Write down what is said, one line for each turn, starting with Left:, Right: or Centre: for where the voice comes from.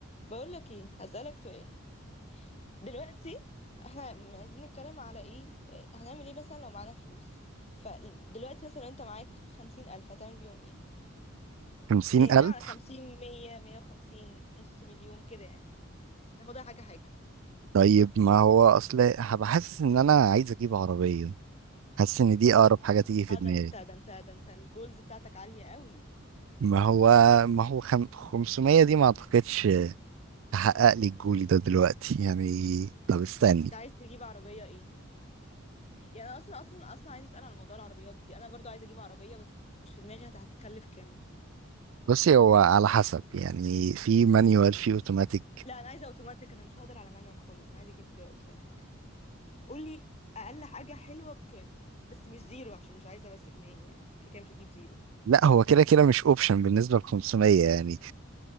Left: بقول لك ايه هسألك سؤال دلوقتي احنا عايزين نتكلم على ايه إيه، هنعمل ايه مثلا لو معانا فلوس فدلوقتي مثلا لو انت معاك خمسين ألف هتعمل بيهم ايه
Right: خمسين
Left: يعني نتكلم
Right: ألف
Left: على خمسين مية مية وخمسين نص مليون كده يعني ناخدها حاجة حاجة
Right: طيب ما هو أصل هبقى حاسس إن أنا عايز أجيب عربية حاسس إن دي أقرب حاجة تيجي في
Left: اه
Right: دماغي
Left: ده انت ده انت ده انت الجولز بتاعتك عالية قوي
Right: ما هو ما هو خم... 500 دي ما أعتقدش تحقق لي الجول ده دلوقتي يعني طب استني
Left: انت عايز تجيب عربية ايه يعني انا اصلا اصلا اصلا عايزة أسأل على موضوع العربيات دي انا برضو عايزة اجيب عربية بس مش في دماغي هت- هتكلف كام
Right: بصي هو على حسب يعني في مانيوال في اوتوماتيك
Left: لا انا عايزة اوتوماتيك انا مش هقدر على مانيوال خالص انا عايزة اجيب اوتوماتيك قولي اقل حاجه حلوه بكام بس مش زيرو عشان مش عايزه بس جنان يعني كده كده مش هجيب زيرو
Right: لا هو كده كده مش اوبشن بالنسبة ل 500 يعني